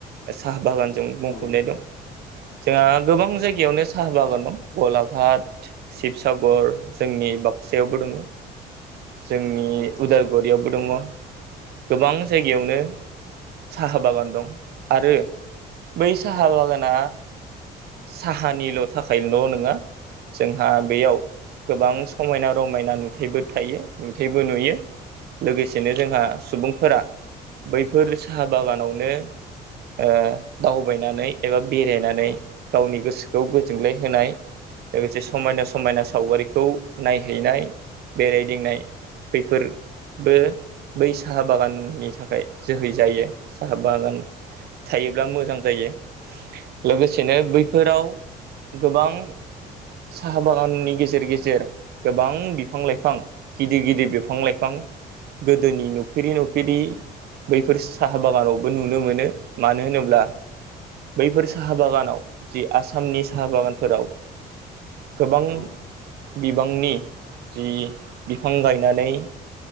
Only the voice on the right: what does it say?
साहा बागानजों बुंफबनाय
दं। जोंहा गोबां जायगायावनो साहा बागान दं गलाघाट, शिबसागर जोंनि बाग सायावबो दङ जोंनि।
यावबो दङ गोबां जायगायावनो साहा बागान दं आरो बै साहा बागाना साहानिल' थाखायल' नङा जोंहा बेयाव गोबां समायना र मायना नुथाइबो थायो नुथाइबो नुयो, लोगोसे जेनो जोंहा सुबुंफोरा बैफोर साहा बागानावनो ओ दावबायनानै एबा बेरायनानै गावनि गोसोखौ गोजोनग्लाय होनाय लोगोसे समायना समायना सावगारिखौ नायहैनाय बेरायदिंनाय बेैफोर बो बै साहा बागाननि थाखाय जोहै जायो साहा बागान थायोब्ला मोजां जायो। लोगोसेनो बैफोराव गोबां साहा बागाननि गेजेर गेजेर गोबां बिफां-लाइफां गिदिर गिदिर बिफां-लाइफां गोदोनि नुफेरि नुफेरि बैफोर साहा बागानावबो नुनो मोनो मानो होनोब्ला बैफोर साहा बागान आव जि आसामनि साहा बागानफोराव गोबां
बिबांनि जि बिफां गायनानै